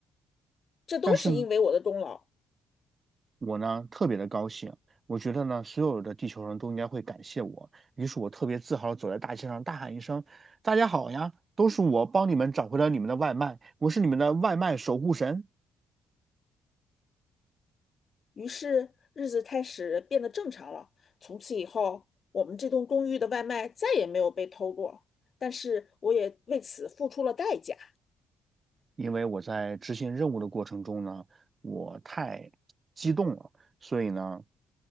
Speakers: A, on the left (about 45°); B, on the right (about 35°).
A: 这都是因为我的功劳。
B: 但是呢，我呢特别的高兴，我觉得呢所有的地球人都应该会感谢我，于是我特别自豪的走在大街上大喊一声：“大家好呀，都是我帮你们找回了你们的外卖，我是你们的外卖守护神。”
A: 于是日子开始变得正常了。从此以后，我们这栋公寓的外卖再也没有被偷过，但是我也为此付出了代价。
B: 因为我在执行任务的过程中呢，我太激动了。所以呢，